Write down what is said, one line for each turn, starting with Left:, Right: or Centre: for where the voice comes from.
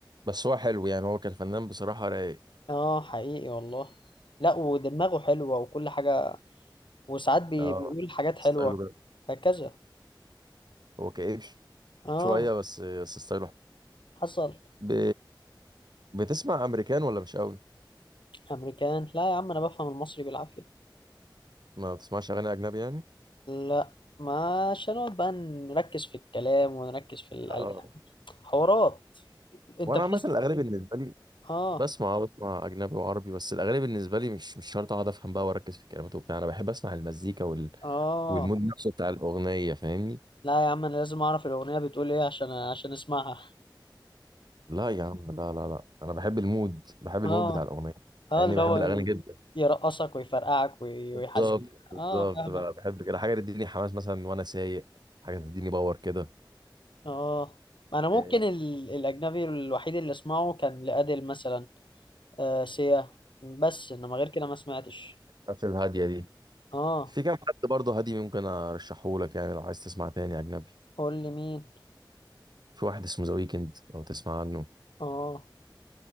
Right: بس هو حلو يعني هو كان فنان بصراحه رايق
Left: اه حقيقي والله لا ودماغه حلوه وكل حاجه وساعات بي...
Right: اه
Left: بيقول حاجات حلوه
Right: ستايله جامد.
Left: هكذا
Right: هو كئيب ش-
Left: اه
Right: شوية بس بس ستايله حلو.
Left: حصل
Right: ب... بتسمع أمريكان ولا مش قوي؟
Left: امريكان لا يا عم انا بفهم المصري بالعافيه
Right: ما بتسمعش أغاني أجنبي يعني؟
Left: لا ما عشان نقعد بقى نركز في الكلام ونركز في الالحان
Right: اه
Left: حوارات انت
Right: وأنا
Left: بتس
Right: عامة الأغاني بالنسبة لي
Left: اه
Right: بسمع آه، بسمع أجنبي وعربي بس الأغاني بالنسبة لي مش مش شرط أقعد أفهم بقى وأركز في الكلمات وبتاع أنا بحب أسمع المزيكا وال...
Left: اه
Right: والمود نفسه بتاع الأغنية فاهمني؟
Left: لا يا عم انا لازم اعرف الاغنيه بتقول ايه عشان عشان اسمعها
Right: لا يا عم لا لا لا أنا بحب المود بحب المود
Left: اه
Right: بتاع الأغنية
Left: اه
Right: مع إني
Left: اللي
Right: بحب
Left: هو
Right: الأغاني
Left: ي-
Right: جدا
Left: يرقصك ويفرقعك وي-
Right: بالظبط
Left: ويحزنك
Right: بالظبط
Left: اه فاهمك
Right: بقى بحب كده حاجة تديني حماس مثلا وأنا سايق حاجة تديني باور كده
Left: اه انا ممكن
Right: آه،
Left: ال... الاجنبي الوحيد اللي اسمعه كان لأديل مثلا آه سيا بس انما غير كده ما سمعتش
Right: الحاجات الهادية دي
Left: اه
Right: في كام حد برضه هادي ممكن ارشحه لك يعني لو عايز تسمع تاني اجنبي
Left: قول لي مين
Right: في واحد اسمه ذا ويكند لو تسمع عنه
Left: اه